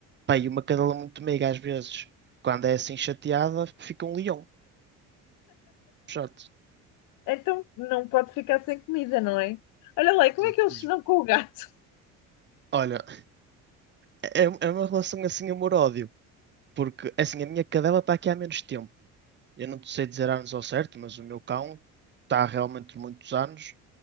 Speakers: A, on the right; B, on the left.
A: Pá, e uma cadela muito meiga, às vezes, quando é assim chateada, fica um leão. Chato.
B: Então não pode ficar sem comida, não é? Olha lá, e como
A: Exato,
B: é que eles
A: diz-me.
B: se dão com o gato?
A: Olha, é, é uma relação assim amor-ódio, porque assim, a minha cadela está aqui há menos tempo. Eu não te sei dizer anos ao certo, mas o meu cão está realmente muitos anos,